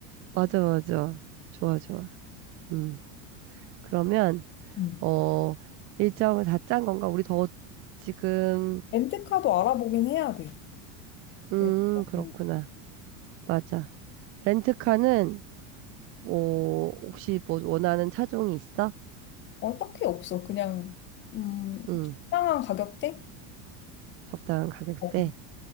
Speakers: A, on the right; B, on the left.
A: 맞아, 맞아. 좋아, 좋아. 음. 그러면
B: 음.
A: 어, 일정을 다 짠 건가? 우리 더 지금,
B: 렌트카도 알아보긴 해야 돼.
A: 음,
B: 일단은.
A: 그렇구나. 맞아. 렌트카는, 뭐, 혹시 뭐 원하는 차종이 있어?
B: 어, 딱히 없어. 그냥 음,
A: 응,
B: 적당한 가격대?
A: 적당한 가격대.
B: 어,